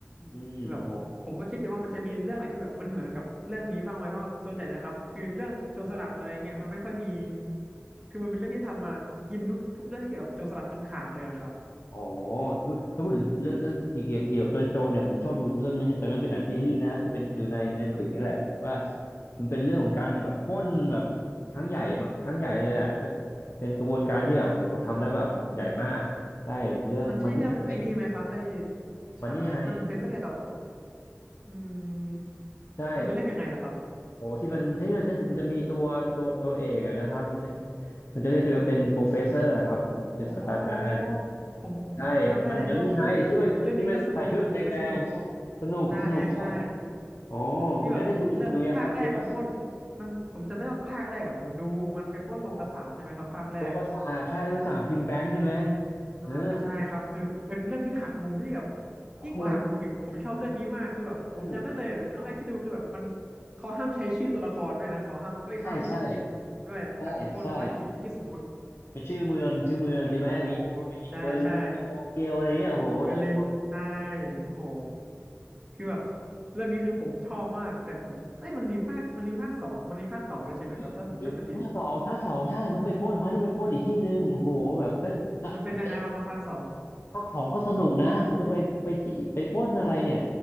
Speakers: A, on the left; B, on the right.
A: อืมโอ้โห
B: คือแบบผมก็คิดอยู่ว่ามันจะมีเรื่องไหนที่แบบมันเหมือนกับเรื่องนี้บ้างไหมเพราะว่าส่วนใหญ่นะครับคือเรื่องโจรสลัดอะไรเงี้ยมันไม่ค่อยมีคือมันเป็นเรื่องที่ทำมากินทุกทุกเรื่องที่เกี่ยวกับโจรสลัดจนขาดเลยอะครับ
A: โอ้โหพูดถ้าพูดถึงเรื่องเรื่องเกี่ยวเกี่ยวกับโจรโจรเนี่ยผมชอบดูเรื่องนึงแต่มันเป็นหนังซีรีส์นะที่เป็นอยู่ในในฟิกนี่แหละว่า
B: มัน
A: มันเป็นเรื่องของการแบบปล้นแบบครั้งใหญ่ครั้งใหญ่เลยแหละเออเป็นกระบวนการที่แบบโอ้โหทำแล้วแบบใหญ่มากใช่เรื่องมันนี่ไฮ
B: โอมันใช่เรื่องไอ้นี่ไหมครับไอ้ใช่มันเป็นเรื่องเกี่ยวกับ
A: มันนี่ไฮ
B: อืม
A: ใช่
B: มันเป็นเรื่องยังไงล่ะครับ
A: โอ้ที่มันที่มันที่มันจะมีตัวตัวตัวเอกอะนะครับมันจะมันจะเรียกตัวเองว่าเป็นโปรเฟสเซอร์ครับเป็นศาสตราจารย์
B: อ๋อผมผมผมจำได้แล้วอุ้ย
A: ใช่ มันมันนี่ไงที่มันที่มันใส่ชุดแดงๆใช่สนุกสนุกมาก
B: เรื่องนี้ก็สนุกเรื่องนี้ก็สนุกใช่ใช่
A: โอ้
B: ที่แบบเลือกภาคแรกวันปล้น
A: คุณแอนได้ดูดูยังครับดูแล้วใช่ไหม
B: มันผมจำได้ว่าภาคแรกอะผมดูมันไปปล้นโรงกษาปใช่ไหมครับภาคแรก
A: โอ้ตัวประสาบใช่มาสั่งพิมพ์แบงค์ใช่ไหม
B: อ่าใช่ครับคือเป็นเรื่องที่หักมุมที่แบบ
A: เออโอ้โห
B: ยิ่งกว่าหักมุมอีกผมชอบเรื่องนี้มากคือแบบผมจำได้เลยครั้งแรกที่ดูคือแบบมัน
A: เออ
B: เขาห้ามใช้ชื่อตัวละครด้วยนะเขาห้ามเอ้ยเขาห้ามใช้ชื่อจริงด้วยในการไปปล้นเขาให้ชื่อใชชื่อสมมุติ
A: ใช่ใช่ใช่ใช่เป็นชื่อเมืองชื่อเมืองใช่ไหมมีมีเบอร์ลินมีโตเกียวอะไรเงี้ยโอ้โหแต่ละคน
B: โอ้โหใช่ใช่เบอร์ลินใช่โอ้โหคือแบบเรื่องนี้คือผมชอบมากแต่ผมเอ้ยมันมีภาคมันมีภาคสองมันมีภาคต่อด้วยใช่ไหมครับถ้าผมจำไม่ผิด
A: มีมีมีภาคสองภาคสองใช่มันก็ไปปล้นเขาเนี่ยไปปล้นอีกที่หนึ่งโอ้โหแบบก็ก็เอ๊ะ
B: มันเป็นยังไงบ้างครับภาคสอง
A: ภาคสองก็สนุกนะมันก็ไปไปที่ไปปล้นอะไรเนี่ย